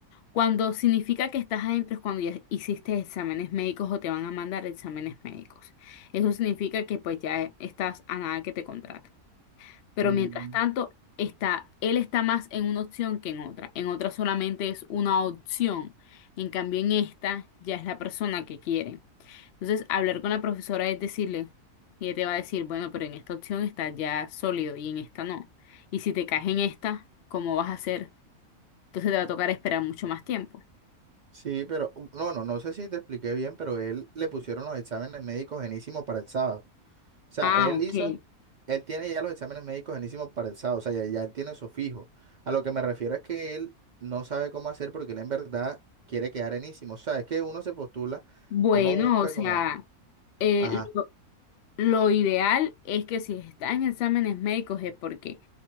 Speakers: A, on the left; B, on the right.
A: Cuando significa que estás adentro es cuando ya hiciste exámenes médicos o te van a mandar exámenes médicos. Eso significa que pues ya estás a nada que te contraten. Pero
B: Mm,
A: mientras tanto, está, él está más en una opción que en otra. En otra solamente es una opción. En cambio, en esta ya es la persona que quiere. Entonces, hablar con la profesora es decirle, y ella te va a decir, bueno, pero en esta opción está ya sólido y en esta no. Y si te caes en esta, ¿cómo vas a hacer? Entonces te va a tocar esperar mucho más tiempo.
B: Sí, pero u- no, no, no sé si te expliqué bien, pero él le pusieron los exámenes médicos genísimos para el sábado. O sea,
A: Ah,
B: él
A: ok.
B: hizo, él tiene ya los exámenes médicos enísimos para el sábado, o sea, ya, ya él tiene eso fijo. A lo que me refiero es que él no sabe cómo hacer porque él en verdad quiere quedar enísimo. O sea, es que uno se postula,
A: Bueno,
B: uno busca
A: o sea,
B: como,
A: eh,
B: ajá,
A: lo, lo ideal es que si está en exámenes médicos es porque